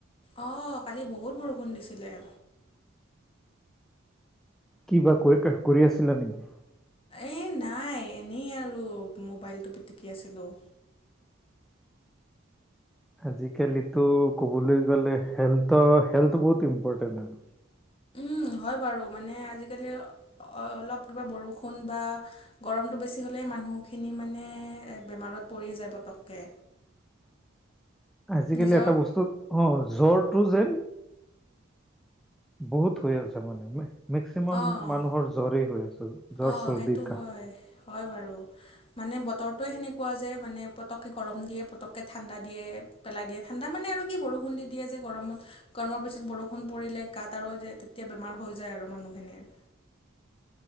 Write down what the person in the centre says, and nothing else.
কি বা কৰি-কৰি আছিলা নেকি?
আজিকালিতো ক'বলৈ গ'লে হেল্থৰ হেল্থ বহুত ইম্পৰটেণ্ট আৰু।
<inaudible> আজিকালি
এটা বস্তুত, অ', জ্বৰটো যেন বহুত হৈ আছে মানে, মেক্সিমাম
মানুহৰ জ্বৰে হৈ আছে। জ্বৰ,
চৰ্দি,
কাহ।